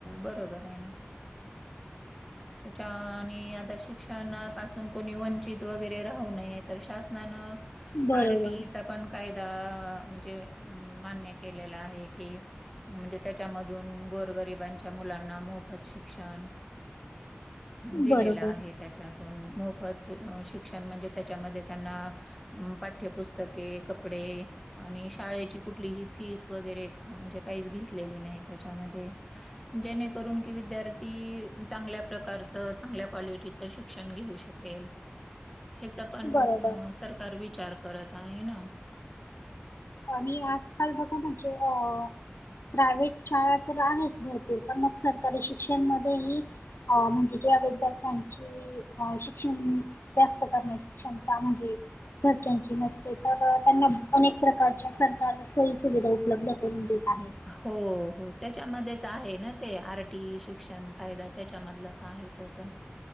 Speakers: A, in the centre; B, on the left (about 75°).
A: बरोबर आहे ना. त्याच्या आणि आता शिक्षणापासून कोणी वंचित वगैरे राहू नये तर शासनानं
B: बरोबर
A: आर. टी. ई. चा पण कायदा म्हणजे अं मान्य केलेला आहे. कि म्हणजे त्याच्या मधून गोर गरिबांच्या मुलांना मोफत शिक्षण. दिलेला
B: बरोबर
A: आहे त्या त्यातून मोफत शिक्षण म्हणजे त्याच्या मध्ये त्यांना अ पाठ्यपुस्तके कपडे आणि शाळेची कुठलीही फीस वगैरे म्हणजे काहीच घेतलेली नाही त्याच्यामध्ये. जेणेकरून की विद्यार्थी चांगल्या प्रकारच चांगल्या क्वालिटीच शिक्षण घेऊ शक केल ह्याचा पण
B: बरोबर
A: सरकार विचार करत आहे ना.
B: आणि आजकाल बघा म्हणजे अ प्रायव्हेट शाळा तर आहेच भरपूर, पण मग सरकारी शिक्षण मध्येही अ म्हणजे जे आहेत त्यात त्यांची की शिक्षण जास्त करण्याची क्षमता म्हणजे घरच्यांची नसते, तर त्यांना अनेक प्रकारच्या सरकार सोयी सुविधा उपलब्ध करून देत आहेत.
A: हो हो! त्याच्यामध्येच आहे ना ते, आर टी शिक्षण कायदा त्याच्या मधलाच आहे तो. पण